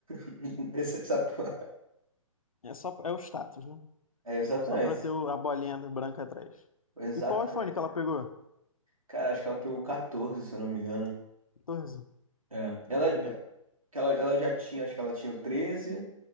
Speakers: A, on the right (about 80°); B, on the left (about 80°).
A: <laughs> esse- essa porra.
B: É só, é o status, né?
A: É, exatamente,
B: Só pra ter o- a bolinha branca atrás.
A: exatamente,
B: E qual iPhone que ela
A: cara.
B: pegou?
A: Cara, acho que ela pegou 14, se eu não me engano.
B: Quatorze.
A: É. Ela,
B: Ah, maneiro.
A: que ela, ela já tinha, acho que ela tinha o 13